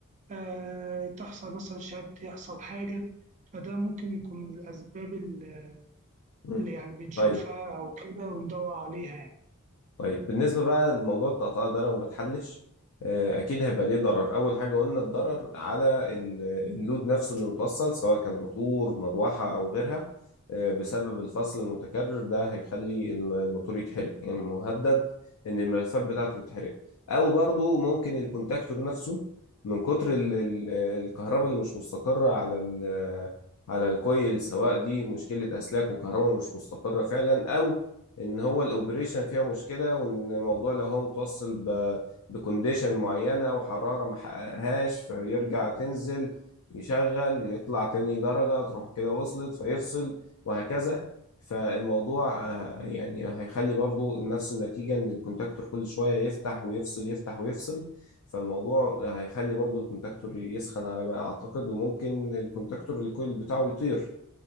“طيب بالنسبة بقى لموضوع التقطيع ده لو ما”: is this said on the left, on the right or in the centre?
Left